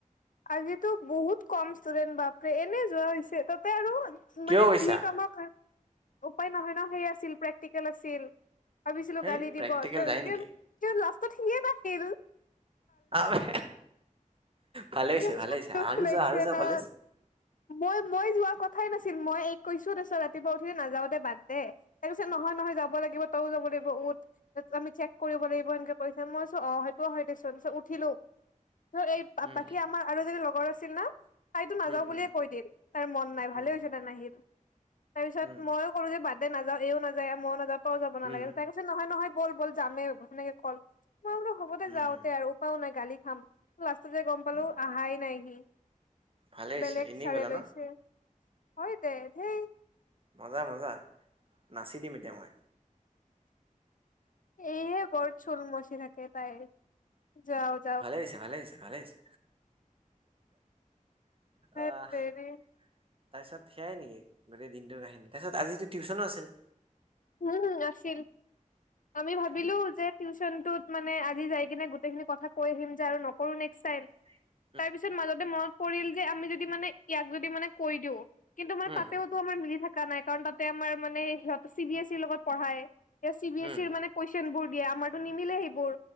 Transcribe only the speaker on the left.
আজিতো বহুত কম ষ্টুডেন্ট বাপৰে এনে যোৱা হৈছে তাতে আৰু-
মানে
যি কামৰ কা উপায় নহয় ন সেই আছিল প্ৰেক্টিকেল আছিল। ভাবিছিলো
গালি
দিব
কে
কে লাষ্টত সিয়ে নাছিল।
কিমান
দুখ
লাগিছে
না
মই মই যোৱাৰ কথাই নাছিল, মই এইক কৈছো তাছত ৰাতিপুৱা উঠি নাযাওঁ দে বাদ দে। তাই কৈছে নহয় নহয় যাব লাগিব তইও যাব লাগিব উঠ। আমি চেক কৰিব লাগিব সেনকে কৈছে, মই কৈছো অঁ সেইটো হয় দেছোন উঠিলো। ত এই
বাকী আমাৰ আৰু এজনী লগৰ আছিল ন, - তাইতো নাযাও
বুলিয়ে
কৈ দিল, তাৰ মন নাই
ভালেই হৈছে তাই নাহিল। তাৰ পিছত
মইও- কলো যে বাদদে নাযাওঁ, এইও নাযায় মইও নাযাওঁ তইও যাব নালাগে,
তাই ক- ছে নহয় নহয় ব'ল ব'ল যামে সেনেকে কল, মই বোলো হ'ব দে
যাওঁ তে আৰু। পাও নাই গালি খাম লাষ্টতে গম পালো
আহাই নাই সি।
বেলেগ
ছাৰে
লৈছে
হয় দে ধেই।
এইহে বৰ চলোং মচি থাকে তাই, যাওত-
ধেৎ
তেৰি
উম' নাছিল। আমি ভাবিলো
যে টিউচনটোত মানে আজি যাই কিনে গোটেইখিনি কথা কৈ দিম যে আৰু নকৰো নেক্স টাইম।
তাৰপিছত মাজতে মনত পৰিল যে আমি যদি মানে ইয়াক যদি মানে কৈ দিওঁ, - কিন্তু মানে
তাতেওতো আমাৰ মিলি থাকা নাই, কাৰণ তাতে আমাৰ মানে সিহঁত চি বি এছ ইৰ ৰ লগত পঢ়ায়। এ চি বি
এছ ইৰ মানে কুৱেশচন বোৰ দিয়ে আমাৰতো নিমিলে সেইবোৰ